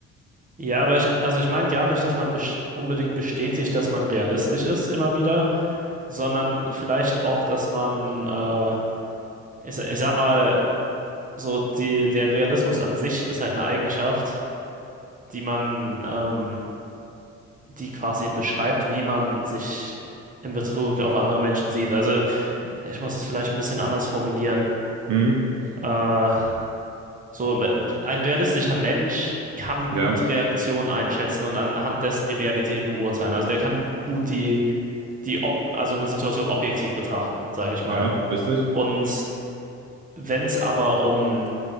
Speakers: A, on the right; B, on the right.
A: Ja, aber ich, also ich meine gar nicht, dass man bes- unbedingt bestätigt, dass man realistisch ist immer wieder, sondern vielleicht auch, dass man, äh, ich, sa- ich sag mal, so die, der Realismus an sich ist halt eine Eigenschaft, die man, ähm, die quasi beschreibt, wie man sich in Bezug auf andere Menschen sieht. Also ich muss das vielleicht ein bisschen anders formulieren.
B: Hm,
A: Äh, so me- ein realistischer Mensch kann
B: ja,
A: gut Reaktionen einschätzen und anhand dessen die Realität beurteilen. Also der kann gut die die ob also eine Situation objektiv betrachten, sage ich mal.
B: ja, richtig.
A: Und wenn es aber um